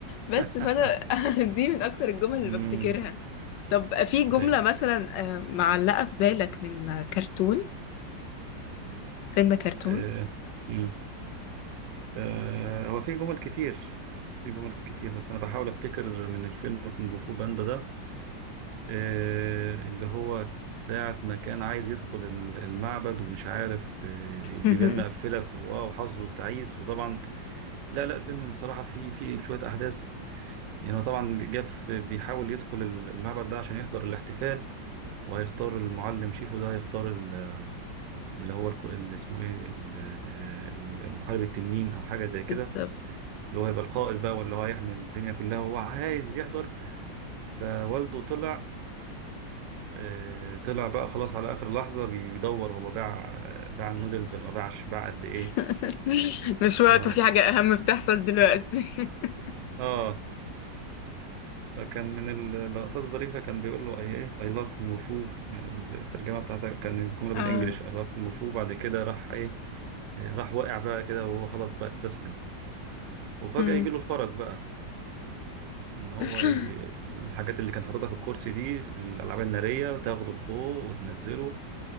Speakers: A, on the left; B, on the right.
A: بس
B: <laughs>
A: فأنا <laughs> دي من أكتر الجمل
B: امم
A: اللي بفتكرها طب في جملة
B: اي
A: مثلا آه، معلقة في بالك من آه، كرتون فيلم كرتون
B: آه. مم. آه. هو في جمل كتير في جمل كتير بس انا بحاول افتكر من الفيلم كونج فو باندا ده آه، اللي هو ساعة ما كان عايز يدخل ال- المعبد ومش عارف آه، البيبان
A: <laughs>
B: مقفلة في- واو حظه التعيس وطبعا لا لا الفيلم بصراحة فيه فيه شوية أحداث يعني هو طبعا جاف بيحاول يدخل ال- المعبد ده عشان يحضر الاحتفال وهيختار المعلم شيفو ده هيختار ال- اللي هو الك- اللي اسمه ايه ال- آه، المحارب التنين او حاجة زي كده
A: بالظبط
B: اللي هو هيبقى القائد بقى واللي هو هيحمي الدنيا كلها وهو عايز يحضر فوالده طلع آه، طلع بقى خلاص على آخر لحظة بي- بيدور هو باع آه، باع النودلز ولا ما باعش باع قد إيه
A: <laughs> مش وقت
B: اه
A: وفي حاجة أهم بتحصل دلوقتي <laughs>
B: اه فكان من اللقطات الظريفة كان بيقول له اي ايه اي لاف كونغ فو الترجمة بتاعتها كان الجملة بالانجلش
A: آه.
B: اي لاف كونغ فو بعد كده راح ايه إيه، راح واقع بقى كده وهو خلاص بقى استسلم وفجأة
A: مم.
B: يجي له الفرج بقى ان هو
A: <laughs>
B: ي... الحاجات اللي كان حاططها في الكرسي دي الالعاب النارية تاخده لفوق وتنزله